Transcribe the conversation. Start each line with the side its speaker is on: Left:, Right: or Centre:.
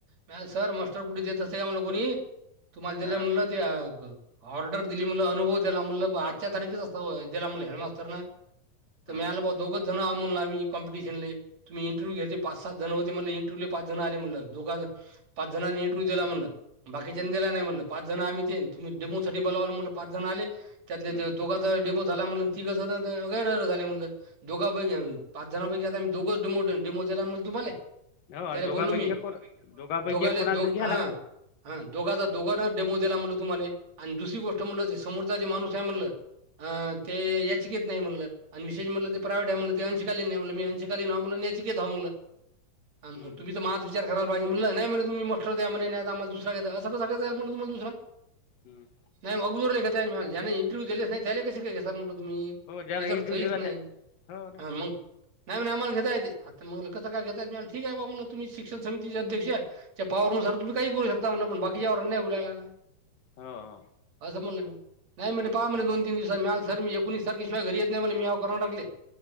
Right: नाही सर मास्टर कुठे देत असते का ल कोनी तुम्हाला
Left: हा
Right: दि म्हणलं ऑर्डर दिली म्हणलं अनुभव दिला म्हणलं आजच्या तारखेच असता दिला म्हणलं हेडमास्तर न तर
Left: हम्म
Right: मळा आलं ब दोघच जण आ म्हणला म् कॉम्पिटिशनले. तुम् इंटरव्ह्य घयचे पाच सात जण होते मला इंटव्हू पाच जण आले दोघ. पाच जणांनी इंटरव्यू दिला म्हणे. बाकीच्या
Left: हम्म
Right: दिला नाही म्हटलं पाच जण आम्ही ते तुम् डेमो साठी बोलावला म्हटलं पाच जण आले त्यातले
Left: हम्म
Right: दोघ. डेमो झाला म्हणून तिघाच होते. झा म्हणलं दोघापैकी पाच जांपैकी आता आम्ही दोघचो डेमोला आणि तुम्हाला.
Left: हो आणि
Right: त्याला
Left: दोघापैकी
Right: बोललो मी
Left: एक कोण दोघापैकी
Right: दोघाले
Left: एक कोणाला
Right: दो
Left: तरी घ्यायला
Right: हा.
Left: लागल.
Right: हा दोघाचा दोघां न डेमो दिला म्हटलं तुम्हाला आणि दुसरी गोष्ट म्हणलं समोरचाचे माणूस आहे म्हणलं. हा ते याचिकेत. नाही म्हणलं आणि विशेषणलं ते प्रायव्हेट आहे म्हणलं ते अंकालीन नाही म्हण मी अंशकालीन याचिकेत हाय म्हणतं.
Left: हं,
Right: तुम्ही तर माझ विचाररायला पाहिजे नाही म्हणे तु मस्टर द्या म्हणे नाही आ्हालाुसरा्या अस कसांयलण तुमला दुसरा.
Left: हम्म
Right: नाही अगदर ल घेत नाही जने इंटरव्हू दिलेच नाही त्याले कसे काही घेणार म्हटलं तुम्ही.
Left: हो ज्याला
Right: त्याच्यावर
Left: इंडिव्हिज्युअल
Right: सहीच होत नाही
Left: हो ना
Right: हा मग. नाही आम्हाला घेता येत आता मगलं कसं काय घतायेतला ठीक आहे बालं तुम्ही शिक्षण समितीचे अध्यक्ष. त्या पावरुमस तुम्हीू शकता म्हला पण बाकीच्यावर नाही बलायला ना.
Left: हो हो
Right: असं म्हणल मी नाही म्हणे
Left: हं,
Right: पहा म्हणे दोन तीन दिवसांत मिळाल तर एकोणिस तारिख. शिवाय घरी येत नाही मला मी हव करून टाकले.